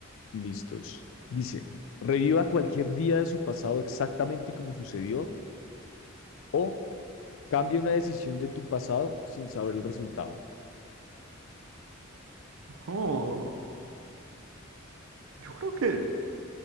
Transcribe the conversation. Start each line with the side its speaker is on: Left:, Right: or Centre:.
Left: listos. Dice, reviva cualquier día de su pasado exactamente como sucedió o Cambia una decisión de tu pasado sin saber el resultado.
Right: Oh, yo creo que